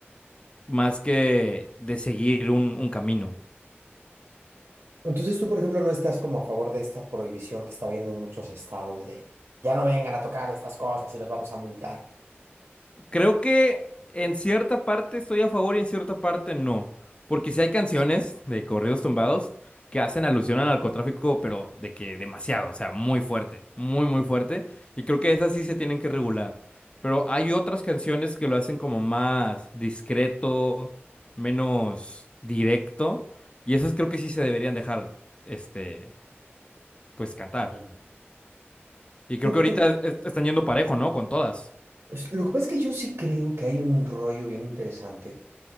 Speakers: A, on the left (about 25°); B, on the right (about 80°).
A: más que de seguir un un camino.
B: Entonces tú, por ejemplo, no estás como a favor de esta prohibición que está habiendo en muchos estados de ya no vengan a tocar estas cosas y los vamos a multar.
A: Creo que en cierta parte estoy a favor y en cierta parte no. Porque si hay canciones de corridos tumbados que hacen alusión al narcotráfico, pero de que demasiado, o sea, muy fuerte, muy, muy
B: Ujú,
A: fuerte. Y creo que esas sí se tienen que regular. Pero hay otras canciones que lo hacen como más discreto, menos directo. Y esas creo que sí se deberían dejar, este, pues cantar.
B: ujú.
A: Y creo
B: Lo que,
A: que ahorita
B: tú-
A: est- están yendo parejo, ¿no? Con todas.
B: es- lo que pasa es que yo sí creo que hay un rollo bien interesante